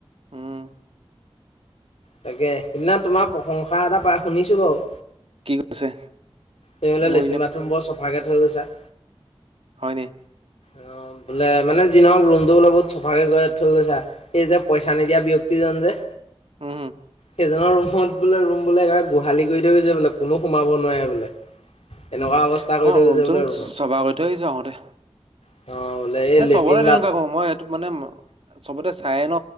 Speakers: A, on the right; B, on the left.
A: উম
B: তাকে সিদিনা তোমাৰ প্ৰশংসা এটা পাই শুনিছো বাৰু।
A: কি কৈছে
B: তেওহলে
A: মোৰ
B: লেট্ৰিন বাথৰুম বৰ চফাকে থৈ গৈছা।
A: হয়নি।
B: অ, বোলে মানে যিনক ৰুমতটো বলপ বহুত চফাকে গ থৈ গৈছা সেই যে পইচা নিদিয়া ব্যক্তি। ননধে
A: হম - হম।
B: সেইজনৰ ৰুমত বোলে ৰুম বোলে একবাৰে গোহালি কৰি থৈ গৈছে বোলে কোনো সোমাব নোৱাৰে বোলে। এনেকুৱা
A: উম,
B: অৱস্থা কৰি
A: মই
B: থৈ গৈছে
A: ৰুমচম
B: বোলে ৰুমত
A: চবা কৰি থৈ আহিছো আহোতে।
B: অ' বোলে এই
A: এ
B: লেট্ৰিন
A: চবতে তেনেকুৱা
B: বাট
A: কও মই সেইটো মানে চবতে। চায়ে ন